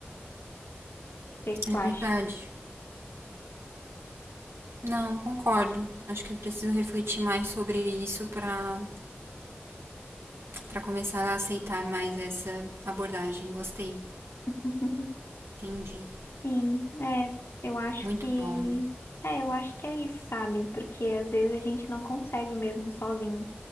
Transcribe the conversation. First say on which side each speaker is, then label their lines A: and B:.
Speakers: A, on the left; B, on the right.
A: que que tu
B: É verdade.
A: acha?
B: Não, concordo. Acho que eu preciso refletir mais sobre isso para para começar a aceitar mais essa abordagem. Gostei.
A: <laughs>
B: Entendi.
A: Sim, é, eu acho
B: Muito
A: que
B: bom.
A: é, eu acho que é isso, sabe? Porque às vezes a gente não consegue mesmo sozinho.